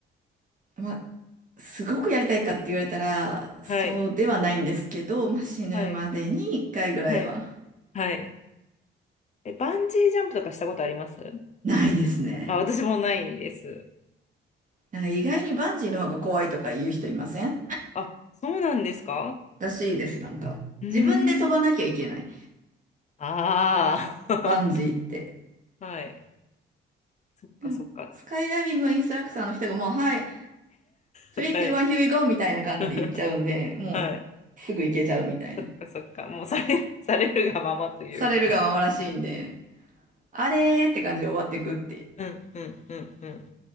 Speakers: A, on the right; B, on the left.
A: まあ、すごくやりたいかって言われたら、そうではないんですけど、
B: はい。
A: まあ、死ぬまでに一回ぐらいは
B: はい。はい。はい。え、バンジージャンプとかしたことあります
A: ないですね。
B: あ、私もないです。
A: なんか意外にバンジーの方が怖いとか言う人いません
B: あ、そうなんですか
A: らしいです、なんか。
B: うー
A: 自分で飛ばなきゃいけない。
B: ん。ああ。
A: バンジーって。
B: <laughs> はい。そっかそっか。
A: でも、スカイダイビングはインストラクターの人がもう、はい、3、
B: <laughs>
A: 2、
B: はい。
A: 1、here we go! みたいな感じで行っちゃうんで、
B: <laughs>
A: もう、
B: はい。
A: すぐ行けちゃうみたいな。
B: そっかそっか。もうされ、<laughs> されるがままというか。
A: されるがままらしいんで、あれーって感じで終わっていくって。
B: <laughs> うんうんうんうん。